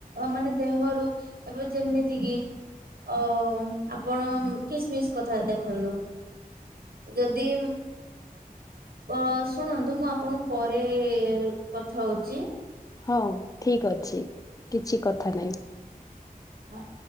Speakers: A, on the right (about 75°); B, on the left (about 25°).
A: ମାନେ ଦେହରୁ ଏବେ ଯେମିତି କିି ଅ ଆପଣ କିସ୍ମିସ୍ କଥା ଦେଖନ୍ତୁ। ଯଦି। ଅ ଶୁଣନ୍ତୁ ମୁଁ ଆପଣଙ୍କୁ ପରେ କଥା ହଉଛି।
B: ହଉ ଠିକ ଅଛି କିଛି କଥା ନାଇଁ।
A: ହଁ ଅ